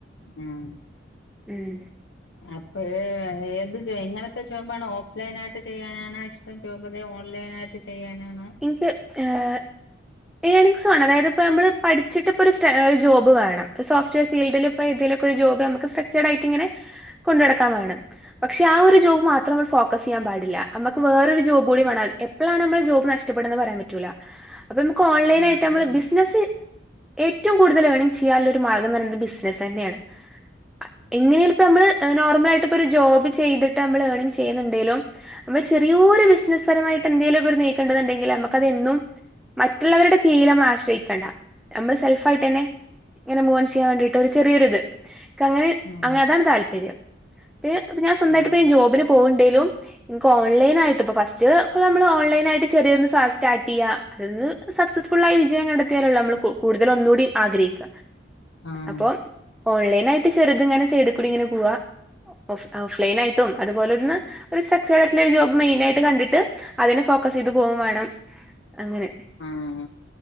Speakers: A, on the left; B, in the centre.
A: ആഹ്
B: ഉം
A: അപ്പഴ് ഏത് എങ്ങനത്തെ ഷോപ്പാണ് ഓഫ് ലൈൻ ആയിട്ട് ചെയ്യാനാണോ ഇഷ് ട്ടം ജോബ് ലെ ഓൺലൈനായിട്ട് ചെയ്യാനാണ്.
B: ഇൻക്ക് ഏഹ് ഏണിക്സ് വാണം അതായത് ഇപ്പോ നമ്മൾ പഠിച്ചിട്ട് ഇപ്പൊ ഒരു സ്റ്റെ ജോബ് വേണം. സോഫ്റ്റ് വെയർ ഫീൽഡില് ഇപ്പോ ഇതിലൊക്കെ ഒരു ജോബ് നമക്ക് സ്ട്രക്ചേർഡ് ആയിട്ട് ഇങ്ങനെ കൊണ്ട് നടക്കാൻ വേണം. പക്ഷെ ആ ഒരു ജോബ് മാത്രം നമ്മള് ഫോക്കസ് ചെയ്യാൻ പാടില്ല. നമക്ക് വേറൊരു ജോബൂടി വേണം അൽ എപ്പളാണ് നമുടെ ജോബ് നഷ്ട ഇഷ്ടപ്പെടന്ന് പറയാൻ പറ്റൂല. അപ്പൊ നമുക്ക് ഓലൈനായിട്ട്
A: ആഹ് അത്
B: നമ്മള്
A: തന്നെ
B: ബിസിനസ് ഏറ്റവും കൂടുതൽ ഏണിംഗ് ചെയ്യാല്ല ഒരു മാർഗംന്ന് പറയുന്നത് ബിസിനസെന്നെയാണ്. ആഹ് എങ്ങനെ ആയാലുപ്പ നമ്മള് നോർമൽ ആയിട്ട് ഇപ്പം ഒരു ജോബ് ചെയ്ത്ട്ട് നമ്മള് ഏണിങ് ചെയ്യുന്നുണ്ടങ്കിലും. നമ്മൾ ചെറോര് ഒരു ബിസിനസ് പരമായിട്ട് എന്തേലൊക്കൊരു നീക്കണ്ട്ന്ന്ണ്ടെങ്കില് നമുക്കത് എന്നും മറ്റുള്ളവരുടെ കീഴിലമ്മളാശ്രയിക്കണ്ട, നമ്മള് സെൽഫായിട്ടെന്നെ ങ്ങനെ മോൻ ചെയ്യാൻ വേണ്ടിട്ട് ഒരു ചെറിയൊരിത് ക്കങ്ങനെ
A: ആഹ്
B: അ അതാണ് താല്പര്യം. പിന്നെ ഞാ സ്വന്തായിട്ട്
A: ആഹ്
B: പ്പ ഞാൻ ജോബിന് പോവ്ണ്ടേലും ഇൻക്കോൺലൈനായിട്ട്പ്പൊ ഫസ്റ്റ് പ്പൊ നമ്മള് ഓൺലൈനായിട്ട് ചെറിയൊ ക്ലാസ് സ്റ്റാട്ടിയ്യ. അത് ന്ന് സക്സസ്ഫുള്ളായി വിജയം കണ്ടെത്തിയാലൊള്ളു അമ്മള് കൂടുതലൊന്നൂടി ആഗ്രഹിക്ക.
A: ആഹ്
B: അപ്പൊ ഓൺലൈനായിട്ട് ചെറുത്ങ്ങനെ സൈഡ്ക്കൂടിങ്ങനെ പോവ്വ്വ. ഓഫ് ഓഫ് ലൈനായിട്ടും അതുപോലെന്ന് ഒരു സക്സേഡായിട്ടുള്ളൊരു ജോബ് മെയിനായിട്ട് കണ്ടിട്ട് അതിനെ ഫോക്കസെയ്ത് പോകും വേണം അങ്ങനെ
A: ഉം..